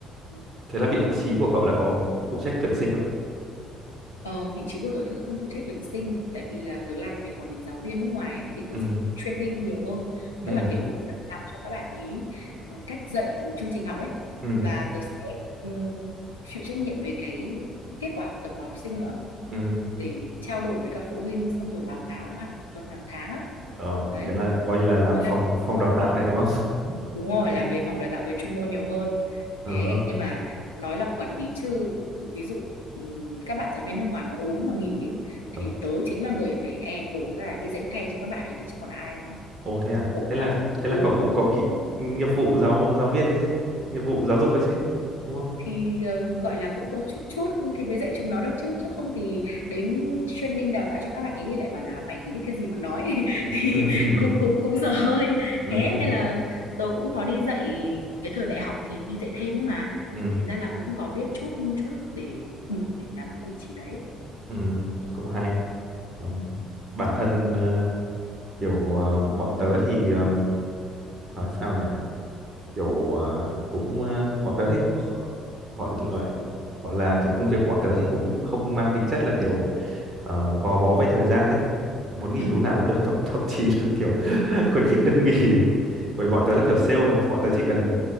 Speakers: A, on the left; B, on the right.
A: Ừ,
B: thế là
A: đó
B: vị trí của cậu là có phụ phụ trách tuyển sinh không
A: Ờ, vị trí của tớ thì không phụ trách tuyển sinh tại vì à, tớ làm về quản lý giáo viên nước ngoài ấy, thì tớ
B: ừ
A: sẽ training nhiều hơn
B: ừ
A: tức là kiểu đào tạo cho các bạn ý ờ, cách dạy rồi chương trình học ấy
B: ừ
A: và tớ sẽ ừm, chịu trách nhiệm về cái kết quả học tập của học sinh nữa
B: ừ
A: để trao đổi với các phụ huynh xong rồi báo cáo hàng tuần hàng tháng á
B: ờ
A: đấy
B: thế là coi như
A: thì
B: là làm
A: tớ làm
B: phòng phòng đào tạo đây đúng không
A: Đúng rồi,
B: <laughs>
A: làm về phòng đào tạo về chuyên môn nhiều hơn.
B: ờ
A: Thế
B: hơ.
A: nhưng mà nói là quản lý chứ ví dụ ừm, các bạn giáo viên nước ngoài mà ốm mà nghỉ ấy,
B: Ờ.
A: thì tớ chính là người phải e cổ ra đi dạy thay cho các bạn ấy đi chứ còn ai nữa.
B: Ồ thế à?
A: Khổ
B: Thế
A: lắm.
B: là thế
A: Ừ.
B: là cậu cũng có kỹ nghiệp vụ giáo giáo viên đấy chứ. Nghiệp vụ giáo dục đấy chứ. Đúng không?
A: thì ờ, gọi là cũng có chút chút thì mới dạy chúng nó được chứ chứ không thì đến training đào tạo cho các bạn ấy thì lại bảo là mày chỉ biết cái gì mà nói <laughs>
B: Ừ
A: thì
B: ừ ừ
A: cũng cũng cũng dở hơi
B: ừ
A: thế
B: ừ
A: nên là tớ cũng có đi dạy cái thời đại học thì đi dạy thêm ấy mà
B: ừ
A: thành ra là cũng có biết chút chút để đủ để làm cái vị trí đấy
B: ừ, cũng hay. Còn bản thân ờ, kiểu ờ, bọn tớ thì ờ, nói sao nhỉ? kiểu à, cũng à, bọn tớ thì kh- gọi lại gọi là kiểu công việc của bọn tớ thì cũng không mang tính chất là kiểu ờ, gò bó với thời gian ấy muốn nghỉ
A: Ừ.
B: lúc nào cũng được thậm, <laughs> thậm chí là kiểu <laughs> khuyến khích được nghỉ bởi bọn tớ là kiểu sale mà bọn tớ chỉ cần